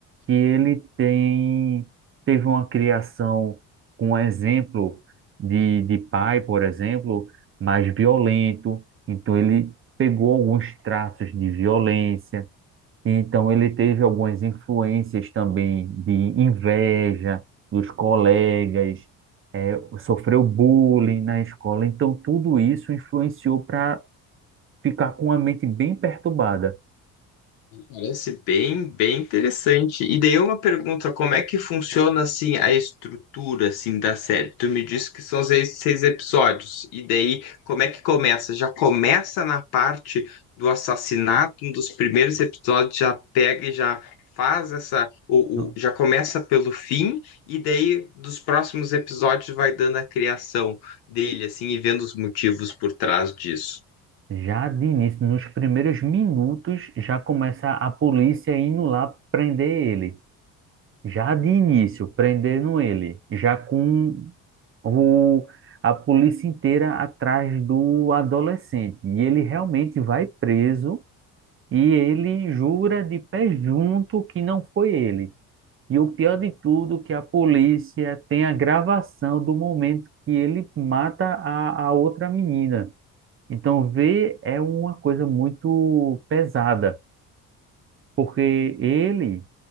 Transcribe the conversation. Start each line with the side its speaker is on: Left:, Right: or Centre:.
Right: que ele tem teve uma criação com um exemplo de, de pai, por exemplo, mais violento. Então ele pegou alguns traços de violência então, ele teve algumas influências também de inveja dos colegas, eh, sofreu bullying na escola. Então, tudo isso influenciou para ficar com a mente bem perturbada.
Left: Parece bem, bem interessante. E daí uma pergunta, como é que funciona assim a estrutura assim da série? Tu me disse que são seis, seis episódios. E daí como é que começa? Já começa na parte do assassinato, um dos primeiros episódios já pega e já faz essa o,
Right: No-
Left: o- já começa pelo fim e daí dos próximos episódios vai dando a criação dele assim e vendo os motivos por trás disso.
Right: Já de início, nos primeiros minutos, já começa a polícia indo lá prender ele. Já de início, prendendo ele. Já com o, a polícia inteira atrás do adolescente. E ele realmente vai preso E ele jura de pé junto que não foi ele. E o pior de tudo, é que a polícia tem a gravação do momento que ele mata a, a outra menina. Então, ver é uma coisa muito pesada, porque ele,